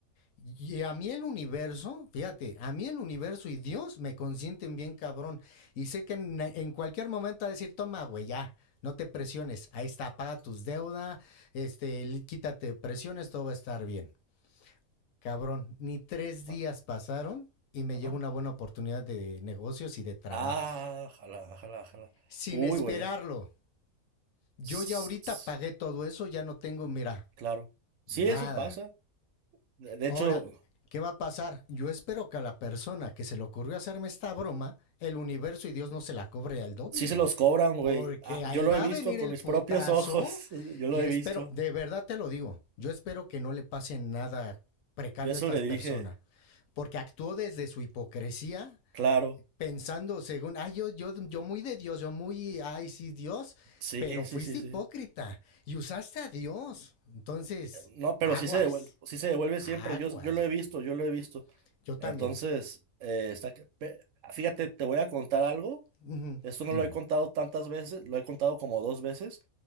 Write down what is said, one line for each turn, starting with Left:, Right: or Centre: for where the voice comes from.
Left: Y a mí el universo, fíjate, a mí el universo y Dios me consienten bien cabrón. Y sé que en, en cualquier momento va a decir, toma, güey, ya, no te presiones. Ahí está, paga tus deudas, este, li- quítate presiones, todo va a estar bien. Cabrón, ni tres días
Right: ah,
Left: pasaron y me
Right: Ajá.
Left: llegó una buena oportunidad de negocios y de trabajo.
Right: Ah, jala, jala, jala.
Left: Sin
Right: Uy,
Left: esperarlo.
Right: güey.
Left: Yo
Right: S-
Left: ya ahorita pagué todo eso, ya no tengo, mira,
Right: Claro. Sí,
Left: nada.
Right: eso pasa. De de
Left: Ahora,
Right: hecho,
Left: ¿qué va a pasar? Yo espero que a la persona que se le ocurrió hacerme esta broma, el universo y Dios no se la cobre al doble,
Right: sí se
Left: güey.
Right: los cobran, güey.
Left: Porque
Right: Ah,
Left: ahí
Right: yo lo
Left: va
Right: he visto
Left: a venir
Right: con
Left: el
Right: mis
Left: putazo
Right: propios ojos. <laughs> Yo
Left: y
Right: lo he
Left: espero,
Right: visto.
Left: de verdad te lo digo, yo espero que no le pase nada precario
Right: Yo eso
Left: a estas
Right: le
Left: personas.
Right: dije,
Left: porque actuó desde su hipocresía,
Right: claro.
Left: pensando según, ay, yo, yo, yo muy de Dios, yo muy, ay, sí, Dios,
Right: Sí,
Left: pero fuiste
Right: sí, sí, sí.
Left: hipócrita y usaste a Dios. Entonces,
Right: Eh, No, pero
Left: aguas,
Right: sí se devuelve, sí se devuelve
Left: aguas,
Right: siempre. Yo, yo lo he
Left: güey.
Right: visto, yo lo he visto.
Left: Yo también.
Right: Entonces, eh, está, que- pe- fíjate, te voy a contar algo.
Left: Ujú,
Right: Esto no
Left: Dime,
Right: lo he contado tantas veces, lo he contado como dos veces.